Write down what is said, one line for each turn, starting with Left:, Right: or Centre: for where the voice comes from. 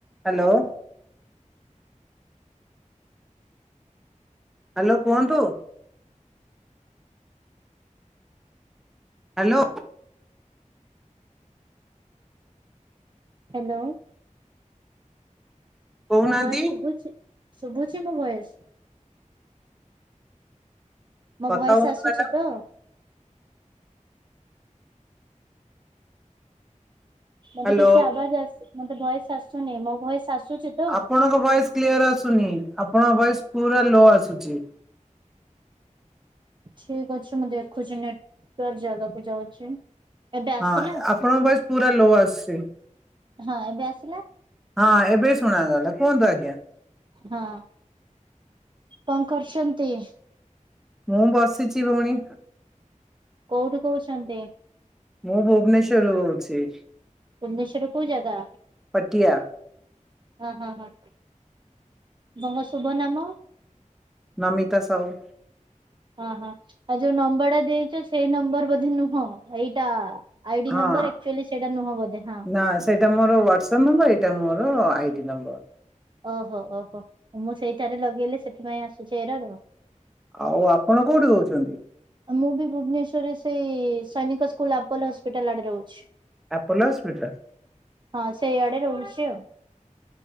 Centre: Hello. Hello କୁହନ୍ତୁ। Hello.
Right: Hello.
Centre: କହୁନାହାନ୍ତି
Right: ମୋ ଭୟସ ଶୁଭୁଛି, ଶୁଭୁଛି ମୋ ଭୟସ? ମୋ
Centre: କଥା
Right: ଭୟସ
Centre: ହୁଅନ୍ତୁ
Right: ଆସୁଛି
Centre: ମ୍ୟାଡାମ
Right: ତ? ମତେ
Centre: ହ୍ୟାଲୋ
Right: କିଛି ଆବାଜ ଆସ, ମତେ ଭୟସ ଆସୁନି ମୋ ଭୟସ ଆସୁଛି? ତ
Centre: ଆପଣଙ୍କ ଭଏସ କ୍ଲିୟର ଆସୁନି, ଆପଣଙ୍କ ଭଏସ ପୁରା ଲୋ ଆସୁଛି।
Right: ଠିକ ଅଛି ମୁଁ ଦେଖୁଛି, ନେଟ୍ ୱର୍କ ଜାଗାକୁ ଯାଉଛି। ଏବେ ଆସିଲା
Centre: ହଁ ଆପଣଙ୍କ ଭୟସ ପୁରା ଲୋ ଆସୁଛି।
Right: ହଁ ଏବେ ଆସିଲା?
Centre: ହଁ ଏବେ ଶୁଣାଗଲା, କୁହନ୍ତୁ ଆଜ୍ଞା।
Right: ହଁ, କଣ କରୁଛନ୍ତି?
Centre: ମୁଁ ବସିଛି ଭଉଣୀ।
Right: କୋଉଠୁ କହୁଛନ୍ତି?
Centre: ମୁଁ ଭୁବନେସ୍ୱର କହୁଛି।
Right: ଭୁବନେଶ୍ୱଵରରେ କଉ ଜାଗା।
Centre: ପଟଆ
Right: ହଁ ହଁ ହଁ ମଙ୍କ ଶୁଭ ନାମ?
Centre: ନମିତା ସାହୁ।
Right: ହଁ ହଁ ଆଉ ଯୋଉ ନମ୍ବରଟା ଦେଇଛ ସେଇ ନମ୍ବର ବୋଧେ ନୁହଁ ଏଇଟା। ଆଇଡି
Centre: ହଁ
Right: ନମ୍ବର ଆକ୍ଚୁଆଲି ସେଇଟା ନୁହଁ ବୋଧେ? ହଁ
Centre: ନା ସେଇଟା ମୋର ହ୍ୱାଟ୍ସଆପ୍ ନମ୍ବର ଏଇଟା ମୋର ଆଇଡି ନମ୍ବର।
Right: ଓହୋ ଓହୋ ମୁଁ ସେଇଠାରେ ଲଗେଇଲେ ସେଥିପାଇଁ ଆସୁଛି ଏରର।
Centre: ଆଉ ଆପଣ କୋଉଠି କହୁଛନ୍ତି?
Right: ମୁଁ ବି ଭୁବନେସ୍ୱରରେ ସେଇ ସୈନିକ ସ୍କୁଲ ଆପୋଲୋ ହସ୍ପିଟାଲ ଆଡେ ରହୁଛି।
Centre: ଆପୋଲୋ ହସ୍ପିଟାଲ
Right: ହଁ ସେଇଆଡେ ରହୁଛି ଆଉ।